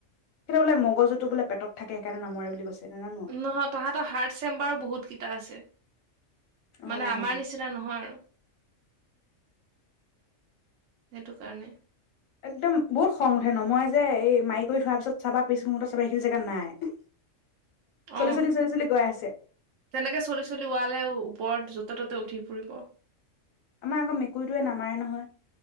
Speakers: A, on the left; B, on the right.
A: সিহঁতৰ বোলে, মগজুটো বোলে পেতত থাকে, সেইকাৰণে নমৰে বুলি কৈছে। নাজানো
B: নহয়, তাহাতৰ হাৰ্ড চেম্বাৰ বহুত কেইটা আছে।
A: অ',
B: মানে আমাৰ নিচিনা নহয় আৰু। সেইটো কাৰণে।
A: একদম বহুত খং উঠে নমৰে যে, এই মাৰি কৰি থোৱাৰ পিছত চাবা পিছ মুহুৰৰ্তত চাবা সেইখিনি জেগাত নাই।
B: অ,
A: চলি চলি চলি চলি গৈ আছে
B: তেনেকে চলি চলি ওৱালে ও ওপৰত ত ততে উঠি ফুৰিব।
A: আমাৰ আকৌ মেকুৰীটোৱে নামাৰে নহয়।